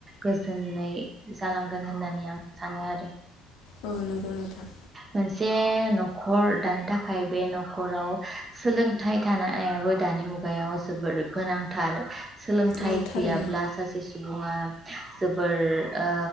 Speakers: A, on the right (about 25°); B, on the left (about 75°).
A: गोजोनै जालांगोन होननानै आं सानो आरो।
B: औ नंगौ नोंथां।
A: मोनसे नखर दानो थाखाय बे न'खराव सोलों सोलोंथाइ थानायाबो दानि मुगायाव जोबोर गोनांथार। सोलोंथाइ
B: औ थारैनो
A: गैयाब्ला सासे सुबुङा जोबोर ओ